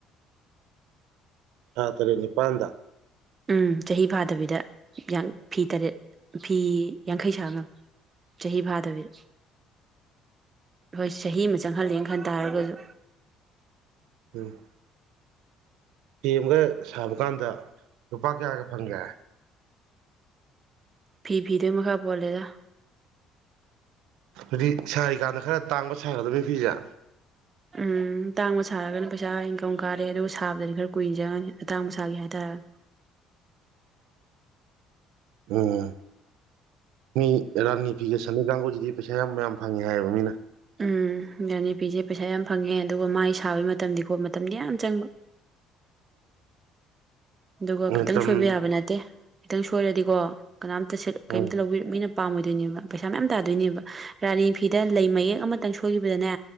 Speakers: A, on the right (about 85°); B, on the right (about 25°).
A: ꯊꯥ ꯇꯔꯦꯠ ꯅꯤꯄꯥꯟꯗ
B: ꯎꯝ ꯆꯍꯤ ꯐꯥꯗꯕꯤꯗ ꯐꯤ ꯇꯔꯦꯠ ꯐꯤ ꯌꯥꯡꯈꯩ ꯁꯥꯥ ꯉꯝꯃꯤ ꯆꯍꯤ ꯐꯥꯗꯕꯤꯗ ꯍꯣꯏꯁ ꯆꯍꯤ ꯑꯃ ꯆꯪꯍꯜꯂꯦ ꯈꯟ ꯇꯔꯒꯁꯨ
A: ꯎꯝ ꯐꯦꯝꯒ ꯁꯥꯕ ꯀꯥꯟꯗ ꯂꯨꯄꯥ ꯀꯌꯥꯒ ꯐꯪꯈ꯭ꯔꯦ
B: ꯐꯤ ꯐꯤꯗꯨꯏ ꯃꯈꯥ ꯄꯣꯜꯂꯦꯗ
A: ꯍꯥꯏꯗꯤ ꯁꯥꯔꯤꯀꯥꯟꯗ ꯈꯔ ꯇꯥꯡꯕ ꯁꯥꯒꯗꯕ ꯐꯤꯁꯦ
B: ꯎꯝ ꯇꯥꯡꯕ ꯁꯥꯔꯒꯅ ꯄꯩꯁꯥ ꯏꯟꯀꯝ ꯀꯥꯔꯦ ꯑꯗꯨꯒ ꯁꯥꯕꯗꯗꯤ ꯈꯔ ꯀꯨꯏꯟ ꯆꯪꯉꯅꯤ ꯑꯇꯥꯡꯕ ꯁꯥꯒ‌ꯦ ꯍꯥꯏꯔꯒꯅ
A: <unintelligible> ꯎꯝ ꯃꯤ ꯔꯥꯅꯤ ꯐꯤꯒ ꯁꯟꯗ ꯀꯥꯡꯒꯨꯁꯤꯗꯤ ꯄꯩꯁꯥ ꯌꯥꯝ ꯌꯥꯝ ꯐꯪꯉꯦ ꯍꯥꯏꯌꯦꯕ ꯃꯤꯅ
B: ꯎꯝ ꯔꯥꯅꯤꯐꯤꯁꯤ ꯄꯩꯁꯥ ꯌꯥꯝ ꯐꯪꯉꯦ ꯑꯗꯨꯒ ꯃꯥꯏ ꯁꯥꯕꯩ ꯃꯇꯝꯗꯤꯀꯣ ꯃꯇꯝꯗꯤ ꯌꯥꯝ ꯆꯪꯕ
A: <inaudible>
B: ꯑꯗꯨꯒ
A: ꯃꯇꯝ
B: ꯈꯤꯇꯪ ꯁꯣꯏꯕ ꯌꯥꯕ ꯅꯠꯇꯦ ꯈꯤꯇꯪ ꯁꯣꯏꯔꯗꯤꯀꯣ ꯀꯅꯥꯝꯇ ꯁꯦꯠ ꯀꯔꯤꯝꯇ
A: ꯎꯝ
B: ꯂꯧꯕꯤꯔ ꯃꯤꯅ ꯄꯥꯝꯃꯣꯏꯗꯣꯏꯅꯦꯕ ꯄꯩꯁꯥ ꯃꯌꯥꯝ ꯇꯥꯗꯣꯏꯅꯦꯕ ꯔꯥꯅꯤ ꯐꯤꯗ ꯂꯩ ꯃꯌꯦꯛ ꯑꯃꯇꯪ ꯁꯣꯏꯒꯤꯕꯗꯅꯦ